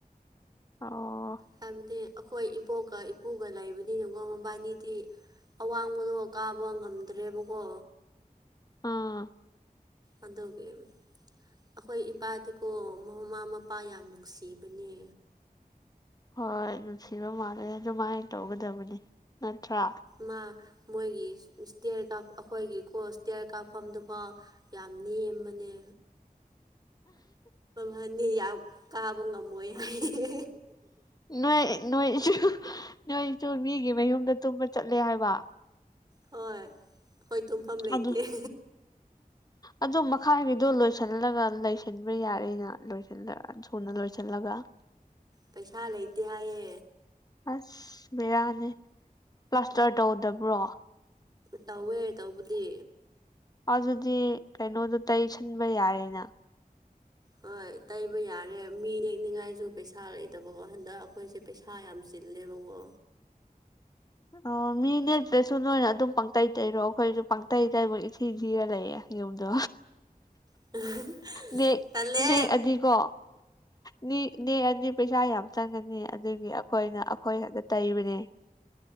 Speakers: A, on the left (about 25°); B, on the right (about 25°).
A: ꯑꯣ
B: ꯍꯥꯏꯕꯗꯤ ꯑꯩꯈꯣꯏ ꯏ ꯄꯣꯛꯀ ꯏꯄꯨꯒ ꯂꯩꯕꯅꯤꯅꯀꯣ ꯃꯕꯥꯅꯤꯗꯤ ꯑꯋꯥꯡꯕꯗꯣ ꯀꯥꯕ ꯉꯝꯗ꯭ꯔꯦꯕꯀꯣ
A: ꯑ
B: ꯑꯗꯨꯒꯤ ꯑꯩꯈꯣꯏ ꯏꯄꯥꯗꯤꯀꯣ ꯃꯃꯥ ꯃꯄꯥ ꯌꯥꯝ ꯅꯨꯡꯁꯤꯕꯅꯦ
A: ꯍꯣꯏ ꯅꯨꯡꯁꯤꯕ ꯃꯥꯜꯂꯦ ꯑꯗꯨꯃꯥꯏ ꯇꯧꯒꯗꯕꯅꯤ ꯅꯠꯇ꯭ꯔꯥ
B: ꯃꯥ ꯃꯣꯏꯒꯤ ꯏꯁꯇꯦꯌꯔ ꯀꯥ ꯑꯩꯈꯣꯏꯒꯤ ꯀꯣ ꯏꯁꯇꯦꯌꯔ ꯀꯥꯞꯐꯝꯗꯨꯐꯥꯎ ꯌꯥꯝ ꯅꯦꯝꯕꯅꯦ <inaudible> ꯅꯤ ꯌꯥꯝ ꯀꯥꯕ ꯉꯝꯃꯣꯏ ꯍꯥꯏꯌꯦ
A: ꯅꯣꯏ ꯅꯣꯏꯁꯨ ꯅꯣꯏꯁꯨ ꯃꯤꯒꯤ ꯃꯌꯨꯝꯗ ꯇꯨꯝꯕ ꯆꯠꯂꯦ ꯍꯥꯏꯕ
B: ꯍꯣꯏ ꯑꯩꯈꯣꯏ ꯇꯨꯝꯐꯝ ꯂꯩꯇꯦ
A: ꯑꯗꯨ ꯑꯗꯨ ꯃꯈꯥꯒꯤꯗꯣ ꯂꯣꯏꯁꯤꯜꯂꯒ ꯂꯩꯁꯤꯟꯕ ꯌꯥꯔꯦꯅ ꯂꯣꯏꯁꯤꯜꯂ ꯊꯨꯅ ꯂꯣꯏꯁꯤꯜꯂꯒ <inaudible>
B: ꯄꯩꯁꯥ ꯂꯩꯇꯦ ꯍꯥꯏꯌꯦ
A: ꯑꯁ ꯕꯦꯔꯥꯅꯤ ꯄ꯭ꯂꯥꯁꯇꯔ ꯇꯧꯗꯕ꯭ꯔꯣ
B: ꯇꯧꯋꯦ ꯇꯧꯕꯗꯤ
A: ꯑꯗꯨꯗꯤ ꯀꯩꯅꯣꯗ ꯇꯩꯁꯟꯕ ꯌꯥꯔꯦꯅ
B: ꯍꯣꯏ ꯇꯩꯕ ꯌꯥꯔꯦ ꯃꯤ ꯅꯦꯛꯅꯤꯉꯥꯏꯁꯨ ꯄꯩꯁꯥ ꯂꯩꯇꯕꯀꯣ ꯍꯟꯗꯛ ꯑꯩꯈꯣꯏꯁꯦ ꯄꯩꯁꯥ ꯌꯥꯝ ꯆꯤꯜꯂꯦꯕꯀꯣ
A: ꯑꯣ ꯃꯤ ꯅꯦꯛꯇ꯭ꯔꯁꯨ ꯅꯣꯏꯅ ꯑꯗꯨꯝ ꯄꯪꯇꯩꯩ ꯇꯩꯔꯣ ꯑꯩꯈꯣꯏꯁꯨ ꯄꯪꯇꯩ ꯇꯩꯕꯒꯤ ꯏꯊꯤ ꯊꯤꯔ ꯂꯩꯌꯦ ꯌꯨꯝꯗꯣ
B: <unintelligible>
A: ꯃꯤ
B: ꯇꯜꯂꯦ
A: ꯅꯦꯛꯑꯗꯤꯀꯣ ꯃꯤ ꯅꯦꯛꯑꯗꯤ ꯄꯩꯁꯥ ꯌꯥꯝ ꯆꯪꯒꯅꯤ ꯑꯗꯨꯒꯤ ꯑꯩꯈꯣꯏꯅ ꯑꯩꯈꯣꯏ ꯈꯥꯇ ꯇꯩꯕꯅꯦ